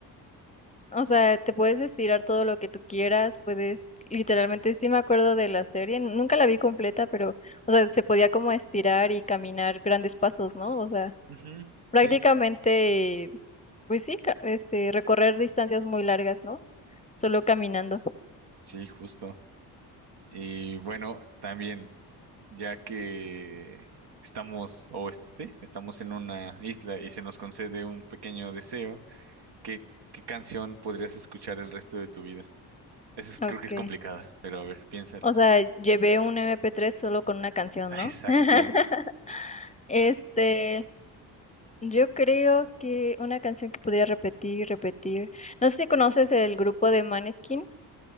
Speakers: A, on the left; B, on the right.
A: O sea, te puedes estirar todo lo que tú quieras, puedes, literalmente, sí me acuerdo de la serie, nunca la vi completa, pero, o sea, se podía como estirar y caminar grandes pasos, ¿no? O sea.
B: Ujú,
A: Prácticamente,
B: sí.
A: pues sí, ca- este, recorrer distancias muy largas, ¿no? Solo caminando.
B: Sí, justo. Y bueno, también, ya que estamos, o es- sí, estamos en una isla y se nos concede un pequeño deseo, ¿qué, qué canción podrías escuchar el resto de tu vida? Esa es- creo
A: Okay.
B: que es complicada, pero a ver, piénsala.
A: O sea, llevé un mp tres solo con una canción,
B: Ah,
A: ¿no?
B: Exacto.
A: <laughs> Este, yo creo que una canción que podría repetir, repetir. No sé si conoces el grupo de Maneskin.